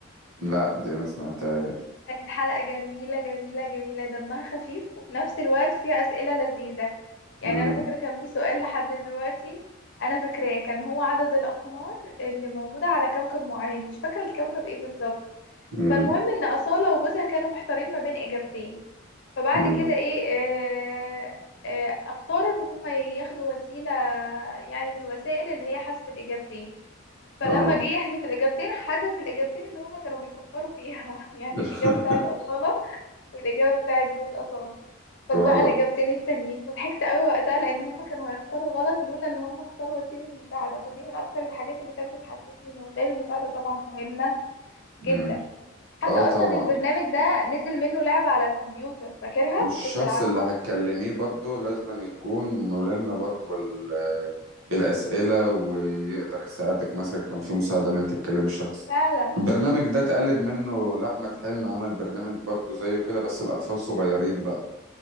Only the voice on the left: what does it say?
كانت حلقة جميلة جميلة جميلة دمها خفيف وفي نفس الوقت فيها أسئلة لذيذة يعني
أنا فاكرة كان في سؤال لحد دلوقتي أنا فاكراه كان هو عدد الأقمار اللي موجودة على كوكب معين مش فاكرة الكوكب إيه بالظبط
فالمهم إن أصالة وجوزها كانوا محتارين ما بين إجابتين فبعد
كده إيه آه آه اختاروا إن هما ياخدوا وسيلة يعني من الوسائل اللي هي حذف الإجابتين فلما
جه يحذف الإجابتين حذف الإجابتين اللي هما كانوا بيفكروا فيها <laughs> يعني
الإجابة بتاعت أصالة والإجابة بتاعت جوز أصالة فاتبقى
الإجابتين التانيين فضحكت قوي وقتها لأن هما كانوا هيختاروا غلط لولا إن هما اختاروا وسيلة مساعدة فدي من أكتر الحاجات اللي كانت بتحسسني إن وسائل المساعدة طبعا مهمة جدا
حتى
أصلا
البرنامج ده نزل منه لعبة على الكمبيوتر فاكرها
كنت بتلعبها
فعلا